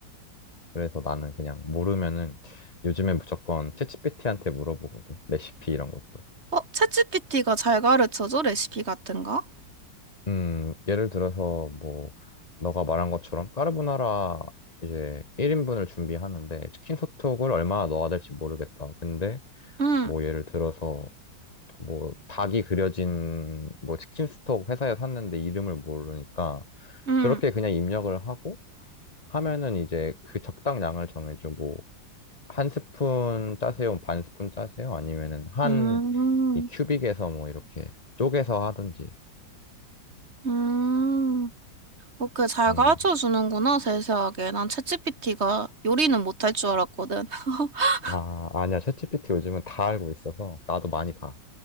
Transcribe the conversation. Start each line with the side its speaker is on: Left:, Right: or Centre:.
Left: 그래서 나는 그냥 모르면은 요즘에 무조건 챗GPT한테 물어보거든. 레시피 이런 것도.
Right: 어, 챗GPT가 잘 가르쳐줘, 레시피 같은 거?
Left: 음, 예를 들어서 뭐 너가 말한 것처럼 까르보나라 이제 1인분을 준비하는데 치킨 소톡을 얼마나 넣어야 될지 모르겠다. 근데
Right: 응,
Left: 뭐 예를 들어서 뭐 닭이 그려진 뭐 치킨 스톡 회사에 샀는데 이름을 모르니까
Right: 응,
Left: 그렇게 그냥 입력을 하고 하면은 이제 그 적당량을 정해줘. 뭐, 한 스푼 짜세요? 반 스푼 짜세요? 아니면은 한
Right: 음,
Left: 이 큐빅에서 뭐 이렇게 쪼개서 하든지.
Right: 음. 그렇게 잘
Left: 음.
Right: 가르쳐 주는구나, 세세하게. 난 챗GPT가 요리는 못할 줄 알았거든. <laughs>
Left: 아, 아니야. 챗 g 피 t 요즘은 다 알고 있어서 나도 많이 봐.